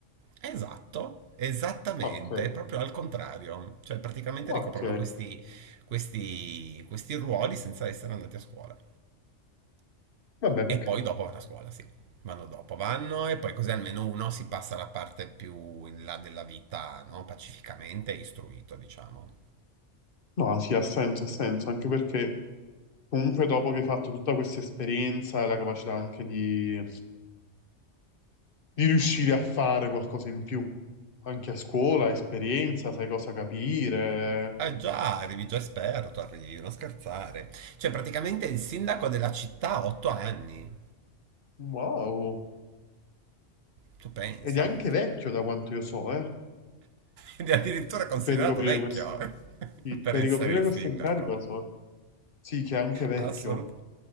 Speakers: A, on the right; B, on the left.
A: Esatto, esattamente,
B: Ok,
A: è proprio al contrario, cioè praticamente
B: ok.
A: ricoprono questi, questi, questi ruoli senza essere andati a scuola.
B: Vabbè,
A: E
B: perché...
A: poi dopo vanno a scuola, sì. Vanno dopo, vanno e poi così almeno uno si passa la parte più in là della vita, no? Pacificamente e istruito, diciamo.
B: No, sì, ha senso, ha senso, anche perché comunque dopo che hai fatto tutta questa esperienza e la capacità anche di, di riuscire a fare qualcosa in più, anche a scuola, esperienza, sai cosa capire.
A: Eh già, arrivi già esperto, arrivi, non scherzare. Cioè, praticamente il sindaco della città ha otto anni.
B: Wow.
A: Tu pensa.
B: Ed è anche vecchio da quanto io so, eh.
A: Ed è addirittura considerato
B: per ricoprire
A: vecchio
B: questo.
A: <laughs>
B: Sì,
A: per
B: per
A: essere
B: ricoprire
A: il
B: questo
A: sindaco.
B: incarico, so. Sì, che è anche vecchio.
A: Assolut-